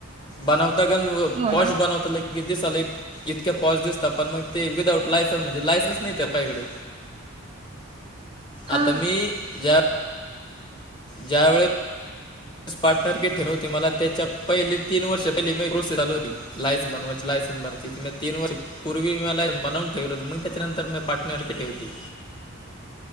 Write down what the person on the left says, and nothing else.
बनवता गन व
पॉश
बनवता लई दिस इतक्याॉस दिसतात. पण मग ते विदाउट लायसन्स म्हणजे लायसन्स नाही ज्या पाही कड.
आता मी ज्या ज्या वेेळे स्पाटन्गेट ठेणव होते मला त्याच्या, पहिले तीन वर्ष पहिली मी रो सेड आली होती. लायसन बनवाची लायसनस बनती मी तीन वर. पूर्वी मी मला बनवून ठेवलं होत मग त्याच्यानंतर मी पार्टनर की ठेवली.